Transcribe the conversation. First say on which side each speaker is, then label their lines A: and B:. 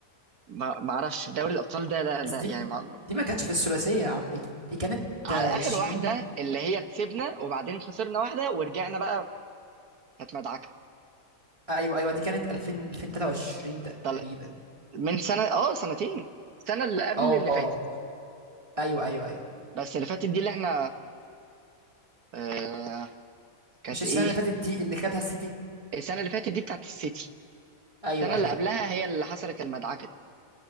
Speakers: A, on the right; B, on the right.
A: ما ما اعرفش دوري الابطال ده لا
B: بس
A: لا
B: دي
A: يعني ما...
B: دي ما كانتش في الثلاثيه يا عم دي دي كانت
A: على
B: آه،
A: اخر
B: 20
A: واحده اللي هي كسبنا وبعدين خسرنا واحده ورجعنا بقى كانت مدعكه
B: ايوه ايوه دي كانت 2000 2023
A: طل...
B: تقريبا
A: من سنه اه سنتين السنه اللي قبل
B: اه
A: اللي
B: اه
A: فاتت
B: ايوه ايوه ايوه
A: بس اللي فاتت دي اللي احنا آه... كانت
B: مش السنه
A: ايه
B: اللي فاتت دي اللي خدها السيتي
A: السنه اللي فاتت دي بتاعت السيتي
B: ايوه
A: السنه
B: ايوه
A: اللي قبلها هي اللي حصلت المدعكه دي.